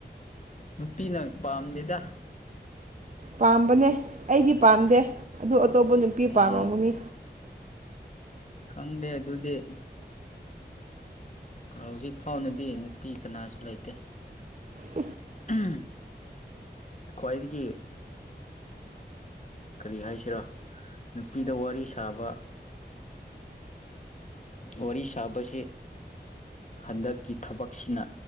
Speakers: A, on the left; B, on the right.
A: ꯅꯨꯄꯤꯅ ꯄꯥꯝꯗꯦꯗ
B: ꯄꯥꯝꯕꯅꯦ ꯑꯩꯗꯤ ꯄꯥꯝꯗꯦ ꯑꯗꯨ ꯑꯇꯣꯞꯄ ꯅꯨꯄꯤ
A: ꯎꯝ
B: ꯄꯥꯝꯂꯝꯝꯒꯅꯤ
A: ꯈꯪꯗꯦ ꯑꯗꯨꯗꯤ ꯍꯧꯖꯤꯛ ꯐꯥꯎꯅꯗꯤ ꯅꯨꯄꯤ ꯀꯅꯥꯁꯨ ꯂꯩꯇꯦ
B: ꯍ
A: ꯎꯝ ꯈ꯭ꯋꯥꯏꯗꯒꯤ ꯀꯔꯤ ꯍꯥꯏꯁꯤꯔꯣ ꯅꯨꯄꯤꯗ ꯋꯥꯔꯤ ꯁꯥꯕ ꯋꯥꯔꯤ ꯁꯥꯕꯁꯤ ꯍꯟꯗꯛꯀꯤ ꯊꯕꯛꯁꯤꯅ